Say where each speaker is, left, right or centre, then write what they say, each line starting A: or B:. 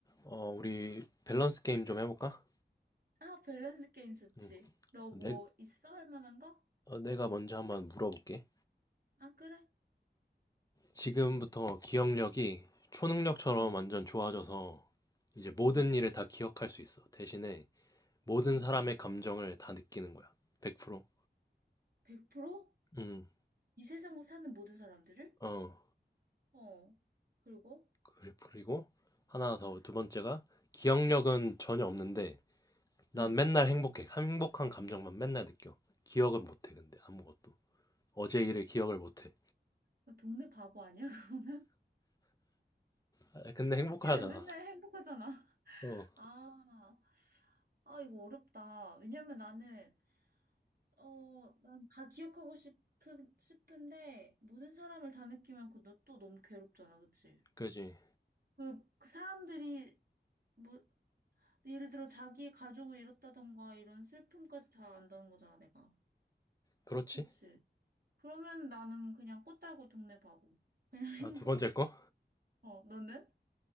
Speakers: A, on the left; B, on the right.
A: 어, 우리 밸런스 게임 좀 해볼까?
B: 아, 밸런스 게임 좋지.
A: 응.
B: 너 뭐
A: 어, 내,
B: 있어? 할 만한 거?
A: 어, 내가 먼저 한번 물어볼게.
B: 아, 그래?
A: 지금부터 기억력이 초능력처럼
B: 응,
A: 완전 좋아져서 이제 모든
B: 응.
A: 일을 다 기억할 수 있어. 대신에 모든
B: 어.
A: 사람의 감정을 다 느끼는 거야. 100%.
B: 100%?
A: 응.
B: 이 세상을 사는 모든 사람들을?
A: 어,
B: 어. 그리고?
A: 그리- 그리고 하나 더, 두 번째가 기억력은 전혀 없는데 난
B: 응.
A: 맨날 행복해. 행복한 감정만 맨날 느껴. 기억은 못해, 근데 아무것도. 어제 일을 기억을 못해.
B: 너 동네 바보 아니야? <laughs>
A: 아, 근데 행복하잖아.
B: 걔네 맨날 행복하잖아.
A: 어,
B: 아, 아, 이거 어렵다. 왜냐면 나는, 어, 난 다 기억하고 싶은, 싶은데, 모든 사람을 다 느끼면 그너 또 너무 괴롭잖아, 그치?
A: 그지.
B: 그, 그 사람들이, 뭐, 그 예를 들어 자기의 가족을 잃었다던가 이런 슬픔까지 다 안다는 거잖아, 내가.
A: 그렇지.
B: 그치? 그러면 나는 그냥 꽃 달고 동네 바보. 그냥 <laughs>
A: 아,
B: 행복.
A: 두 번째 거?
B: 어, 너는?